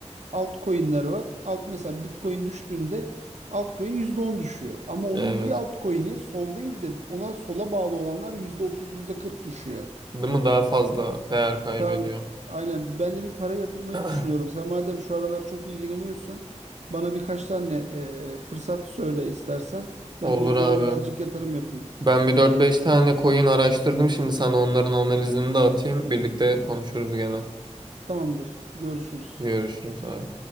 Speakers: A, on the right; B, on the right.
A: altcoin'ler var. Alt mesela Bitcoin düştüğünde altcoin %10 düşüyor. Ama onun
B: Evet.
A: bir altcoin'i sol değil de ona sola bağlı olanlar yüzde otuz yüzde kırk düşüyor.
B: Değil mi? Daha fazla değer kaybediyor.
A: Tabii aynen ben de bir para yatırmayı
B: <clears throat>
A: düşünüyorum. Sen madem şu aralar çok ilgileniyorsun bana birkaç tane e, fırsat söyle istersen.
B: Olur
A: Ben de onlara
B: abi.
A: birazcık yatırım yapayım.
B: Ben bir dört beş tane coin araştırdım. Şimdi sana onların analizini de atayım. Birlikte konuşuruz gene.
A: Tamamdır. Görüşürüz.
B: Görüşürüz abi.